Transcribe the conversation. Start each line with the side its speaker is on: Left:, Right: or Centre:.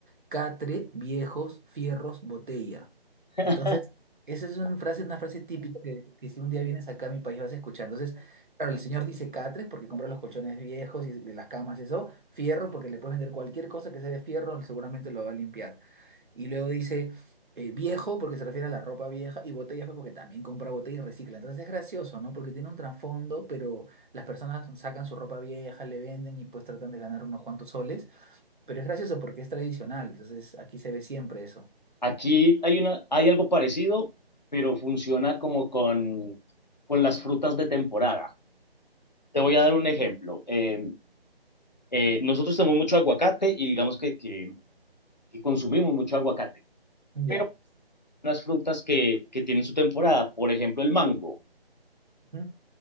Right: Catre, viejos, fierros, botella.
Left: <laughs>
Right: Entonces, esa es una frase, una frase típica que, que si un día vienes acá a mi país vas a escuchar. Entonces, claro, el señor dice catres porque compra los colchones viejos y de las camas y eso, fierro porque le puedes vender cualquier cosa que sea de fierro, él seguramente lo va a limpiar. Y luego dice eh, viejo porque se refiere a la ropa vieja y botellas pues, porque también compra botellas y recicla. Entonces es gracioso, ¿no? Porque tiene un trasfondo, pero las personas sacan su ropa vieja, le venden y pues tratan de ganar unos cuantos soles. Pero es gracioso porque es tradicional. Entonces aquí se ve siempre eso.
Left: Aquí hay, una, hay algo parecido, pero funciona como con, con las frutas de temporada. Te voy a dar un ejemplo. Eh, eh, nosotros tenemos mucho aguacate y digamos que, que, que consumimos mucho aguacate,
Right: Ya.
Left: pero hay unas frutas que, que tienen su temporada, por ejemplo el mango.
Right: Ujú.